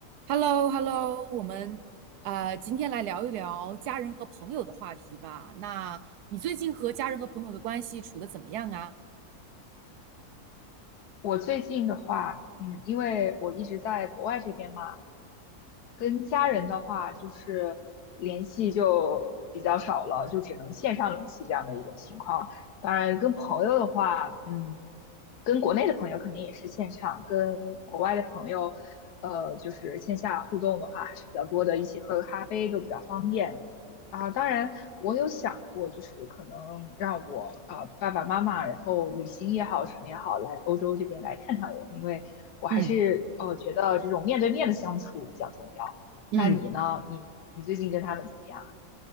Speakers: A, on the right; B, on the left.
A: h e l l o h e l l o 我们呃今天来聊一聊家人和朋友的话题吧。那你最近和家人和朋友的关系处的怎么样啊？
B: 我最近的话，嗯，因为我一直在国外这边嘛，跟家人的话就是联系就比较少了，就只能线上联系这样的一种情况。当然，跟朋友的话，嗯，跟国内的朋友肯定也是线上，跟国外的朋友，呃，就是线下互动的话还是比较多的，一起喝个咖啡都比较方便。啊，当然，我有想过，就是可能让我啊、呃、爸爸妈妈，然后旅行也好，什么也好，来欧洲这边来看看我，因为我还是呃觉得这种面对面的相处比较重要。
A: 嗯嗯
B: 那你呢？你你最近跟他们怎么样？